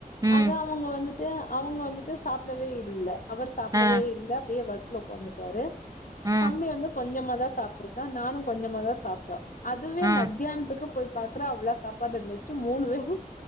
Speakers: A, on the right; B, on the left.
A: ம்
B: அத அவுங்க வந் வந்துட்டு அவுங்க வந்துட்டு சாப்டவே இல்ல அவரு சாப்புடவே
A: ஆ
B: இல்ல அப்டியே ஒர்க்ல உக்காந்துட்டாரு
A: ம்
B: தம்பி வந்து கொஞ்சமாதா சாப்ட்ருக்கா நானு கொஞ்சமாதா சாப்ட்டோ அதுவே
A: ஆ
B: மத்தியான்துக்கு போய் பாக்குறோ அவ்ளோ சாப்பாடு இருந்துச்சு மூணு பேரும்